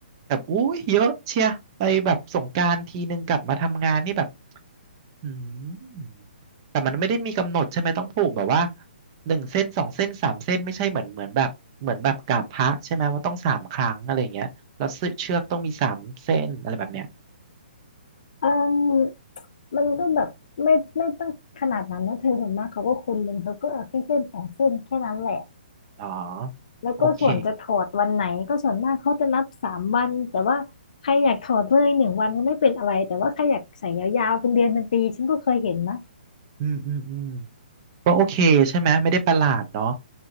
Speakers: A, on the right; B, on the left.
A: แบบอุ้ยเยอะเชียไปแบบสงกรานต์ทีนึงกลับมาทำงานนี่แบบอืมแต่มันไม่ได้มีกำหนดใช่ไหมต้องผูกแบบว่าหนึ่งเส้นสองเส้นสามเส้นไม่ใช่เหมือนเหมือนแบบเหมือนแบบกราบพระใช่ไหมว่าต้องสามครั้งอะไรอย่างเงี้ยแล้วเสื้อเชือกต้องมีสามเส้นอะไรแบบเนี้ย
B: เอ่มมันก็แบบไม่ไม่ต้องขนาดนั้นนะเธอส่วนมากเขาก็คนหนึ่งเขาก็เอาแค่เส้นสองเส้นแค่นั้นแหละ
A: อ๋อ
B: แล้วก็ส่วนจะถอดวันไหนก็ส่วนมากเขาจะนับสามวันแต่ว่าใครอยากถอดเลยหนึ่งวันก็ไม่เป็นอะไรแต่ว่าใครอยากใส่ยาวๆเป็นเดือนเป็นปีฉันก็เคยเห็นนะ
A: โอเคอืมอืมอืมก็โอเคใช่ไหมไม่ได้ประหลาดเนาะ